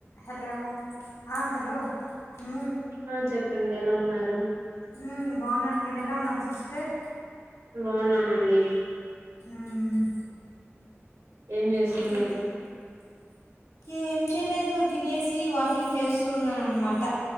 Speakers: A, on the left; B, on the right.
A: Hello ఆ hello హ్
B: ఆ చెప్పండి ఎలా ఉన్నారు
A: హ్ బాగున్నాను మీరు ఎలా ఉన్నారు సిస్టర్
B: బాగున్నామండి
A: ఉమ్
B: ఏం చేస్తున్నారు.
A: తి ఏం చేయలేదు తినేసి వాకింగ్ జేస్తూ ఉన్నానన్నమాట